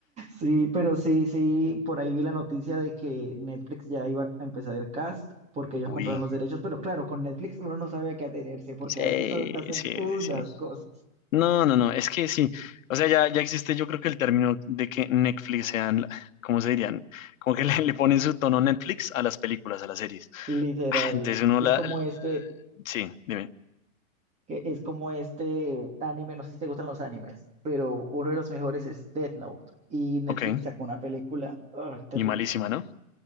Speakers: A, on the right; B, on the left.
A: Sí, pero sí, sí, por ahí vi la noticia de que Netflix ya iba a empezar el cast porque ellos
B: Uy,
A: compraron los derechos, pero claro, con Netflix uno no sabe a qué atenerse porque
B: sí,
A: a veces ha- hacen
B: sí,
A: unas
B: sí, sí.
A: cosas,
B: No, no, no, es que sí. O sea, ya, ya existe, yo creo que el término de que Netflix sean, ¿cómo se dirían? Como que <laughs> le, le ponen su tono Netflix a las películas, a las series.
A: literal.
B: Ah, Entonces uno
A: Es
B: la...
A: como este,
B: Sí, dime.
A: que es como este anime, no sé si te gustan los animes, pero uno de los mejores es Death Note y Netflix
B: Ok,
A: sacó una película, ah, terrible,
B: y malísima, ¿no?